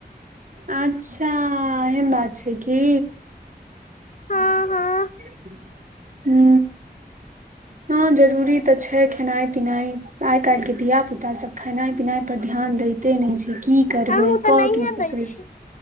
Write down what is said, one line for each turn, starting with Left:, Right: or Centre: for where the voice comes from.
Right: अच्छाऽ एहेन बात छै की?
Left: हँ
Right: हूंऽ।
Left: हँ
Right: हं जरूरी त छै खेनाई पिनाय। आइ काइल के धिया -पुता सब खनाई पिनाय पर ध्यान दय्- ते नय छै की? करबै
Left: अहुं तऽ
Right: कऽ
Left: नहिएं
Right: की सकै
Left: दै छी।